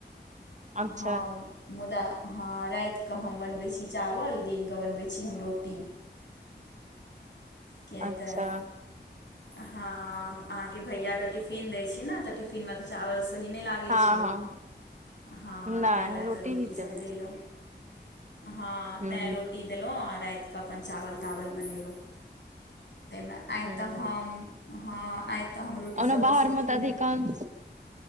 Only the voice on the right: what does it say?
अच्छा
अच्छा
हँ
हँ
नहि
ही चलै
छै
हूँ
हूँ
ओना
बाहरमे
तऽ अधिकांश,